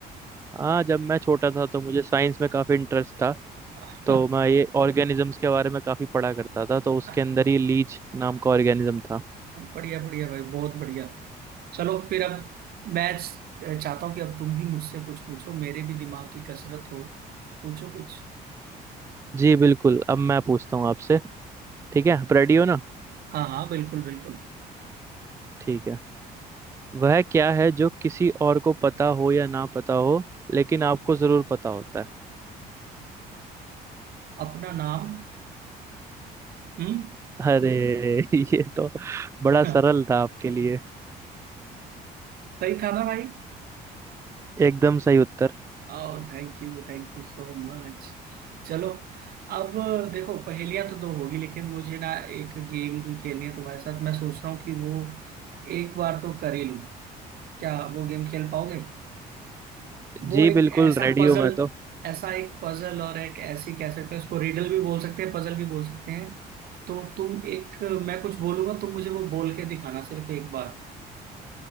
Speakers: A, on the right (about 15°); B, on the right (about 65°).
A: हाँ जब मैं छोटा था तो मुझे साइंस में काफी इंटरेस्ट था
B: हम्म।
A: तो मैं ये ऑर्गेनिजम्स के बारे में काफी पढ़ा करता था तो उसके
B: <laughs>
A: अंदर ही लीच नाम का ऑर्गेनिज्म था
B: बढ़िया बढ़िया भाई बहुत बढ़िया चलो फिर अब मैं च- चाहता हूँ कि अब तुम भी मुझसे कुछ पूछो मेरे भी दिमाग की कसरत हो पूछो कुछ
A: जी बिल्कुल अब मैं पूछता हूँ आपसे ठीक है आप रेडी हो ना
B: हाँ हाँ बिल्कुल बिल्कुल
A: ठीक है वह क्या है जो किसी और को पता हो या ना पता हो लेकिन आपको जरूर पता होता है
B: अपना नाम हम्म
A: अरे <laughs> ये तो बड़ा
B: <laughs>
A: सरल था आपके लिए
B: सही था ना भाई
A: एकदम सही उत्तर
B: ओह thank you thank you so much चलो अब देखो पहेलियां तो दो होगी लेकिन मुझे ना एक गेम भी खेलनी है तुम्हारे साथ मैं सोच रहा हूँ कि वो एक बार तो कर ही लूं क्या वो गेम खेल पाओगे वो
A: जी
B: एक
A: बिल्कुल
B: ऐसा
A: रेडी
B: पजल
A: हूँ मैं तो
B: ऐसा एक पजल और एक ऐसी कह सकते हैं उसको रिडल भी बोल सकते हैं पजल भी बोल सकते हैं तो तुम एक मैं कुछ बोलूंगा तुम मुझे वो बोल के दिखाना सिर्फ एक बार